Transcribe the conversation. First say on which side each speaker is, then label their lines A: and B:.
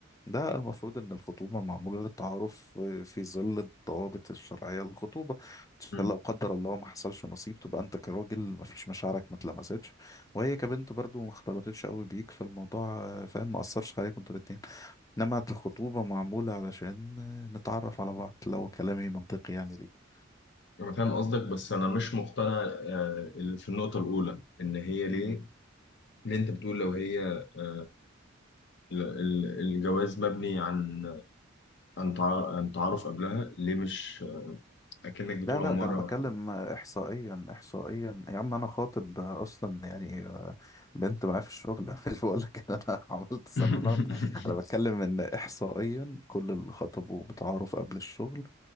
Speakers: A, on the left; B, on the left.
A: ده المفروض إن الخطوبة معمولة للتعارف في ظل الضوابط الشرعية للخطوبة عشان
B: مم.
A: لو قدر الله ما حصلش نصيب تبقى أنت كراجل ما فيش مشاعرك ما اتلمستش وهي كبنت برضو ما اختلطتش قوي بيك فالموضوع فاهم ما أثرش عليكم انتوا الاتنين إنما الخطوبة معمولة علشان نتعرف على بعض لو كلامي منطقي يعني ليه
B: انا فاهم قصدك بس انا مش مقتنع آه، اللي في النقطة الأولى ان هي ليه
A: مم.
B: اللي انت بتقول لو هي آه، ال- ال- الجواز مبني عن عن تع- عن تعارف قبلها ليه مش اكنك بتقول
A: لا لا
B: عمارة
A: ده أنا بتكلم إحصائيا إحصائيا يا عم أنا خاطب أصلا يعني بنت معايا في الشغل <laughs> مش بقول لك إن أنا عملت صالونات
B: <laughs>
A: أنا بتكلم إن إحصائيا كل اللي خطبوا بتعارف قبل الشغل